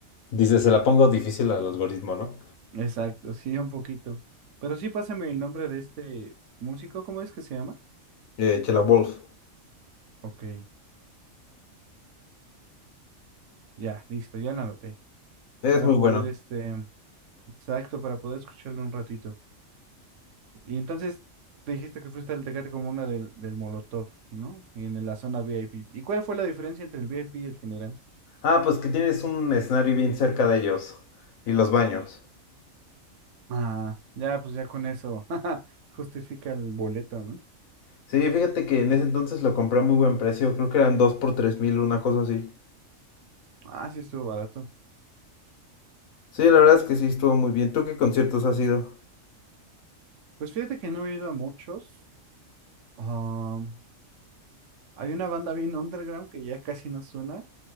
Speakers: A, on the left (about 85°); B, on the right (about 65°).
A: dices se la pongo difícil al algoritmo, ¿no?
B: Exacto, sí, un poquito. Pero sí, pásame el nombre de este músico, ¿cómo es que se llama?
A: Eh, Chela Wolf.
B: Ok. Ya, listo, ya lo anoté.
A: Es
B: Para
A: muy
B: poder,
A: bueno.
B: este, exacto, para poder escucharlo un ratito. Y entonces, te dijiste que fuiste al Tecate Comuna del, del Molotov, ¿no? Y en la zona VIP. ¿Y cuál fue la diferencia entre el VIP y el general?
A: Ah, pues que tienes un escenario bien cerca de ellos. Y los baños.
B: Ah, ya, pues ya con eso, <laughs> justifica el boleto, ¿no?
A: Sí, fíjate que en ese entonces lo compré a muy buen precio. Creo que eran 2 por tres mil, una cosa así.
B: Ah, sí, estuvo barato.
A: Sí, la verdad es que sí estuvo muy bien. ¿Tú qué conciertos has ido?
B: Pues fíjate que no he ido a muchos. Ah, hay una banda bien underground que ya casi no suena,